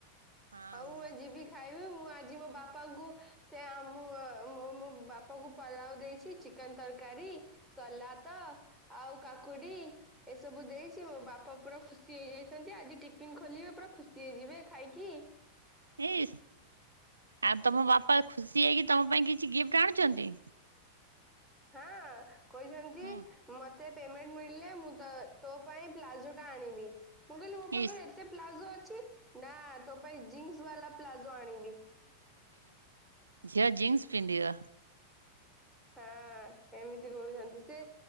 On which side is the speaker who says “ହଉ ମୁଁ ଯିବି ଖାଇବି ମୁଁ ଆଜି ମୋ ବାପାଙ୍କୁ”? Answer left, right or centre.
Centre